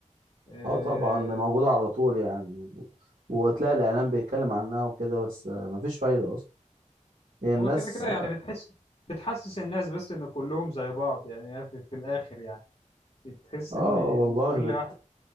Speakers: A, on the left; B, on the right.
A: آه،
B: اه طبعا موجودة على طول يعني و... وتلاقي الإعلام بيتكلم عنها وكده بس آه، مفيش فايدة أصلا هي الناس
A: هو كده كده يعني بتحس بتحسس الناس بس ان كلهم زي بعض يعني هي في, في الاخر يعني بتحس
B: اه
A: ان إن
B: والله
A: كل واحد-